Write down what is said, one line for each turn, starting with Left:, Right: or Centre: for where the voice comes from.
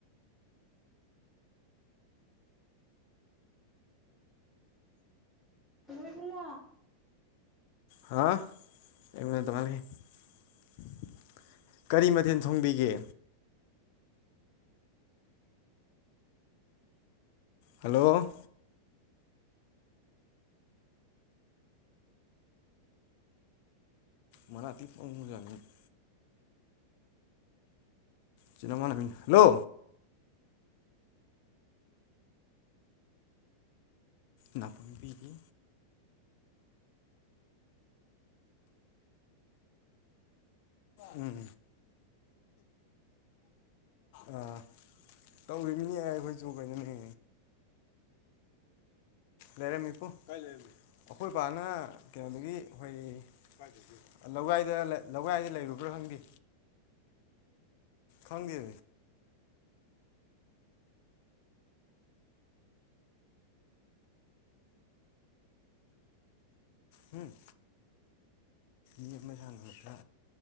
Centre: ꯏꯕꯨꯉꯣ
Left: ꯍꯥ ꯂꯩꯃꯤ <inaudible> ꯀꯔꯤ ꯃꯊꯦꯜ ꯊꯣꯡꯕꯤꯒꯦ ꯍꯜꯂꯣ ꯃ ꯇꯤ ꯐ ꯃꯖꯪꯅꯤ <inaudible> ꯆꯤꯅꯃ ꯍꯜꯂꯣ ꯅꯥꯇꯣꯡꯕꯤꯒꯤ
Centre: ꯑ
Left: ꯎꯝ ꯑꯥ ꯇꯧꯔꯤꯕꯃꯤꯅꯦ ꯑꯦ ꯑꯩꯈꯣꯏꯁꯨ ꯀꯣꯏꯩꯅꯣꯅꯦ
Centre: ꯍ
Left: ꯂꯩꯔꯝꯃꯤꯄꯨ ꯑꯩꯈꯣꯏ ꯕꯥꯅ ꯀꯩꯅꯣꯗꯒꯤ ꯑꯩꯈꯣꯏ ꯂꯧꯒꯏꯗ ꯂꯧꯒꯏꯗ ꯂꯩꯔꯨꯕ꯭ꯔꯥ ꯈꯪꯗꯦ ꯈꯪꯒꯤꯦ
Centre: ꯑ
Left: ꯎꯝ ꯌꯦ ꯃ ꯁꯠꯇ